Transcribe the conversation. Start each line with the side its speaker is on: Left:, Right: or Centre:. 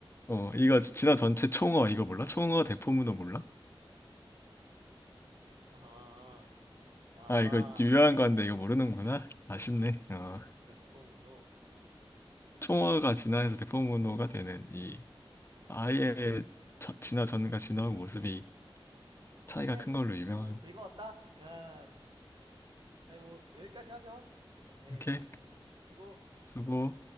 Left: 어 이거 진화 전체 총어 이거 몰라? 총어 대포문어 몰라?
Right: 아, 아,
Left: 아 이거 유명한 건데 이거 모르는구나. 아쉽네. 어
Right: 아, 대포 문호.
Left: 총어가 진화해서 대포문어가 되는 이 아예
Right: 아,
Left: 저, 진화 전과 진화 후 모습이 차이가
Right: 오케이.
Left: 큰 걸로 유명한.
Right: 어, 즐거웠다. 아, 네, 뭐, 여기까지 하죠. 예,
Left: 오케이
Right: 수고.
Left: 수고.